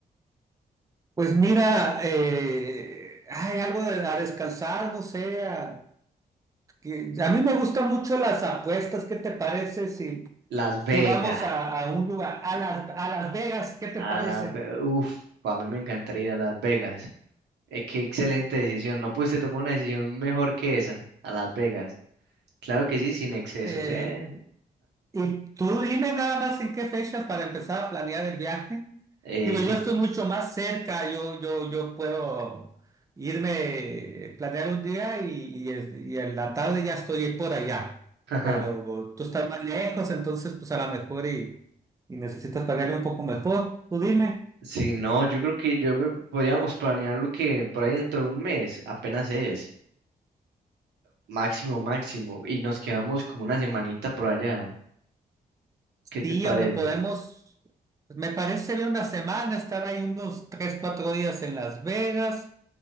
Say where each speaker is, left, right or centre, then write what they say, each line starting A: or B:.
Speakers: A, on the right; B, on the right.
A: Pues mira, eh, hay algo de a descansar, no sé. a- que- a mí me gustan mucho las apuestas. ¿Qué te parece si,
B: Las
A: si
B: Vegas.
A: vamos a, a un lugar, a Las, a Las Vegas? ¿Qué te
B: A
A: parece?
B: Las Ve- Uf, a mí me encantaría ir a Las Vegas. Eh, qué excelente decisión. No pudiste tomar una decisión mejor que esa. A Las Vegas. Claro que sí, sin excesos,
A: Eh,
B: ¿eh?
A: y tú dime nada más en qué fechas para empezar a planear el viaje.
B: Eh,
A: Digo,
B: que...
A: yo estoy mucho más cerca, yo, yo, yo puedo irme, planear un día y, y el- y en la tarde ya estoy por allá.
B: <laughs>
A: Pero tú estás más lejos, entonces pues a lo mejor y, y necesitas planear un poco mejor. Tú dime.
B: Si no, yo creo que yo me podríamos planear lo que por ahí dentro de un mes apenas es, máximo, máximo, y nos quedamos como una semanita por allá. ¿Qué te
A: Sí,
B: parece?
A: hombre, podemos, me parece bien una semana, estar ahí unos tres, cuatro días en Las Vegas